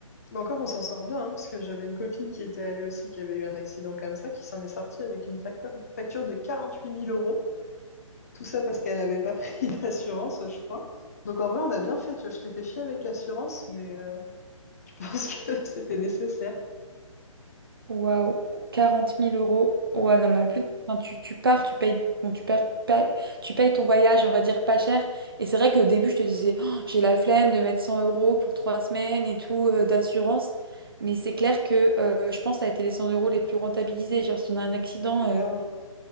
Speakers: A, on the left; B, on the right.
A: Mais encore, on s'en sort bien, hein, parce que j'avais une copine qui était allée aussi, qui avait eu un accident comme ça, qui s'en est sortie avec une facture, facture de 48 000 euros. Tout ça parce qu'elle n'avait pas pris <laughs> d'assurance, je crois. Donc en vrai, on a bien fait, tu vois, je t'ai fait chier avec l'assurance, mais euh, je pense que <laughs> c'était nécessaire.
B: Waouh, quarante mille euros. Ouais,
A: Ouais,
B: non, mais en plus, quand tu, tu pars, tu payes, bon, tu perds payes, tu payes ton voyage, on va dire pas cher. Et c'est vrai qu'au début, je te disais, Oh, j'ai la flemme de mettre 100 euros pour trois semaines et tout euh, d'assurance. Mais c'est clair que euh, je pense que ça a été les 100 euros les plus rentabilisés. Genre, si on a un accident
A: ah, mais
B: euh,
A: là, on...